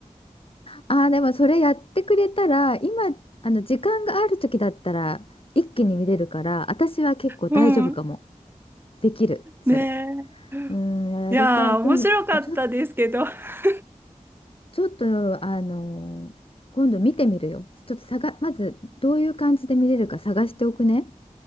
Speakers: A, on the left (about 45°); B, on the right (about 15°).
A: ああ、でもそれやってくれたら、今、あの、時間がある時だったら、一気に見れるから、私は結構大丈夫かも。
B: うん
A: できる、それ。
B: ねえ
A: うん、やりたい。
B: いやー、
A: 今度、
B: 面白かったですけど。
A: じゃあちょ、
B: <laughs>
A: ちょっと、あの今度見てみるよ。ちょっと探、まず、どういう感じで見れるか探しておくね。